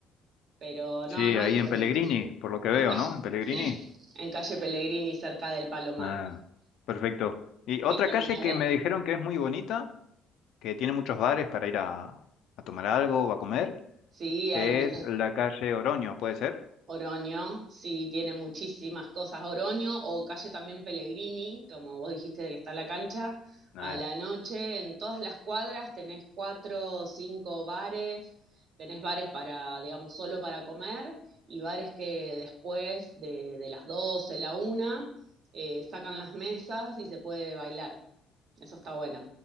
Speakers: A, on the right (about 55°); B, on the left (about 70°).
A: Pero no,
B: Sí,
A: no
B: ahí
A: hay problema.
B: en Pellegrini, por lo que veo,
A: En calle,
B: ¿no? En Pellegrini.
A: sí, en calle Pellegrini, cerca del Palomar.
B: Ah, perfecto. Y otra
A: ¿Fuiste alguna
B: calle que
A: vez?
B: me dijeron que es muy bonita que tiene muchos bares para ir a, a tomar algo o a comer.
A: Sí, en,
B: Es la calle Oroño, ¿puede ser?
A: Oroño, sí, tiene muchísimas cosas. Oroño o calle también Pellegrini, como vos dijiste de que está la cancha,
B: Eh.
A: a la noche en todas las cuadras tenés cuatro o cinco bares, tenés bares para, digamos, solo para comer y bares que después de, de las 12 la una eh, sacan las mesas y se puede bailar. Eso está bueno.